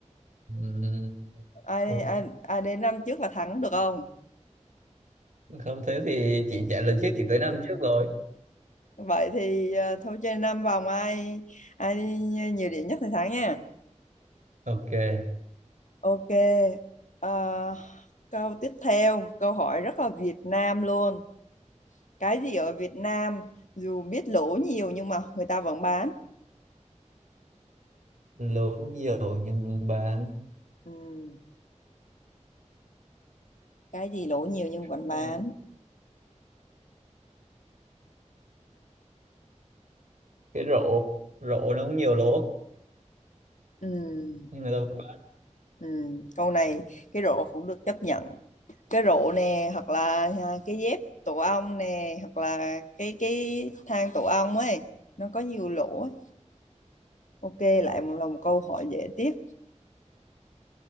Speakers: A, on the right; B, on the left.
A: Ừm,
B: ai
A: ok
B: ai, ai đến năm trước là thắng được không
A: không thế thì chị trả lời trước chị tới năm trước rồi
B: vậy thì ờ, thôi chơi 5 vòng ai ai đi nhiều điểm nhất thì thắng nha
A: ok
B: ok ờ, câu tiếp theo câu hỏi rất là Việt Nam luôn cái gì ở Việt Nam dù biết lỗ nhiều nhưng mà người ta vẫn bán
A: lố nhiều nhưng mình bán
B: Ừm, cái gì lỗ nhiều nhưng
A: ờ,
B: vẫn bán
A: cái rổ rổ nó cũng nhiều lố
B: Ừm
A: nhưng người ta vẫn bán
B: Ừ, câu này cái rổ cũng được chấp nhận cái rổ nè hoặc là à, cái dép tổ ong nè hoặc là cái cái thang tổ ong ấy nó có nhiều lỗ ấy. Ok lại một là một câu hỏi dễ tiếp